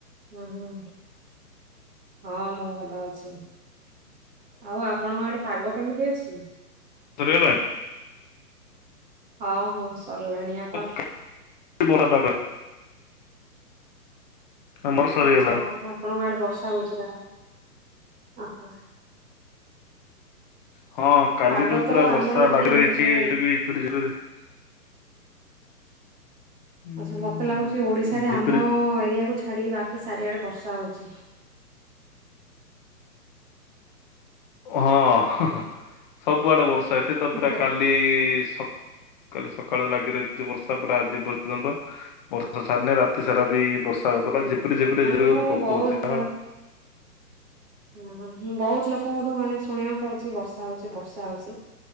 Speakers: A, on the right; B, on the left.
A: ହୁଁ ହୁଁ ହଁ ମୁଁ ଭଲ ଅଛି। ଆଉ ଆପଣଙ୍କ ଆଡେ ପାଗ କେମିତି ଅଛି?
B: ସରିଗଲା
A: ହଉ ହଉ ସରିଲାଣି ଆ
B: <unintelligible> ପାଗ। ଆମର ସରିଗଲା
A: ଆଚ୍ଛା ଆଉ ଆପଣଙ୍କ ଆଡେ ବର୍ଷା ହଉଛି ନା। ଅ ହ।
B: ହଁ କାଲିଠୁ
A: ପାଗ ତ
B: ପୁରା ବର୍ଷା
A: ଆମର ଏଠି
B: ଲାଗି
A: ଏମିତି
B: ରହିଛି ଏଠି ବି <unintelligible> ଉଁ,
A: ଆଚ୍ଛା ମତେ ଲାଗୁଛି ଓଡିଶାରେ
B: ଝିପିରି
A: ଆମ ଏରିଆକୁୁ ଛାଡିକି ବାକି ଚାରିଆଡେ ବର୍ଷା ହଉଛି।
B: ହଁ ହଁ ହଁ ସବୁଆଡେ ବର୍ଷା ଏଠି ତ
A: ହୁଁ
B: ପୁରା
A: ହୁଁ।
B: କାଲି ସ କାଲି ସକାଳୁ ଲାଗି ରହିଛି ବର୍ଷା ପୁରା ଆଜି ପର୍ଯ୍ୟନ୍ତ ବର୍ଷା ଛାଡ଼ିନେ ରାତି ସାରା ବି ବସ ସା ହଉଥିଲା
A: ହୁଁ
B: ଝିପିରି ଝିପିରି
A: ମାନେ
B: <unintelligible>
A: ମୁଁ
B: ପକଉଛି
A: ବହୁତ
B: <unintelligible>
A: ହୁଁ ମୁଁ ବହୁତ ଲୋକଙ୍କଠୁ ମାନେ ଶୁଣିବାକୁ ପାଉଛି ବର୍ଷା ହଉଛି ବର୍ଷା ହଉଛି।